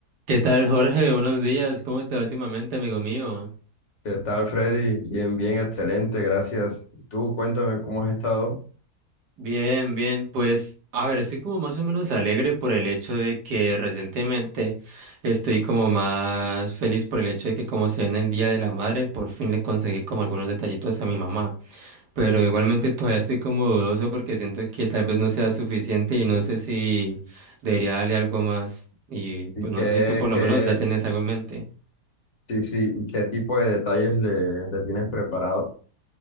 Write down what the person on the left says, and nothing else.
¿Qué tal, Freddy? Bien, bien, excelente, gracias. Y Tú, cuéntame cómo has estado
y
qué,
qué,
sí, sí, y qué tipo de detalles le, le tienes preparado.